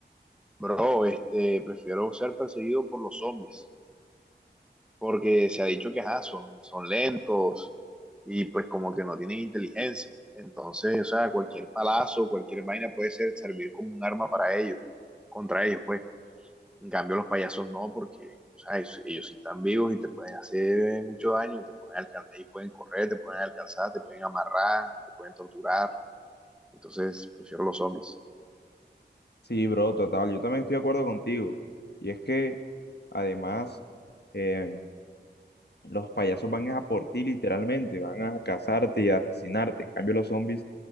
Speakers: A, in the centre; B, on the left.
A: Bro, este, prefiero ser perseguido por los zombies, porque se ha dicho que ajá, son, son lentos y pues como que no tienen inteligencia. Entonces, o sea, cualquier palazo, cualquier vaina puede ser, servir como un arma para ellos, contra ellos, pues. En cambio, los payasos no, porque o sea, ellos, ellos sí están vivos y te pueden hacer eh, mucho daño, te pueden alcanzar, ellos pueden correr, te pueden alcanzar, te pueden amarrar, te pueden torturar. Entonces, prefiero los zombies.
B: Sí, bro, total. Yo también estoy de acuerdo contigo. Y es que, además, eh, los payasos van a por ti literalmente, van a cazarte y a asesinarte. En cambio, los zombies